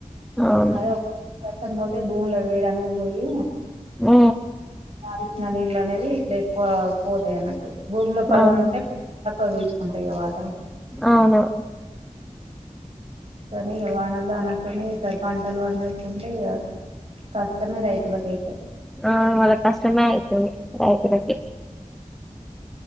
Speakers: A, in the centre; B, on the right.
A: అవును
B: అదే <unintelligible> పోతే భూమిలో వేడి అనేది పోయి
A: ఉ
B: <unintelligible> అనేది ఇట్లా ఎక్కువ పోతాయి అన్నట్టు భూమిలో పదను
A: అవును
B: ఉంటే <unintelligible> కుంటాయి కద వాటర్
A: అవును
B: కానీ వానల్లో అన్నట్టున్నాయి ఈసారి పంటలు పండకుంటే ఇగ కష్టమే రైతులకైతే
A: ఆ వాళ కష్టమే ఆయతది రైతులకి